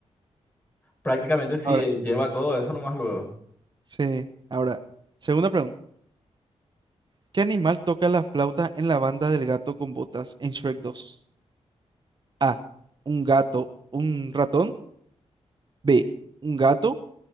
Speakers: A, on the left (about 15°); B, on the right (about 40°).
A: prácticamente sí,
B: Ahora,
A: eh, lleva todo eso nomás luego.
B: sí. Ahora, segunda pregunta. ¿Qué animal toca la flauta en la banda del gato con botas en Shrek dos A. Un gato, un ratón. B. Un gato.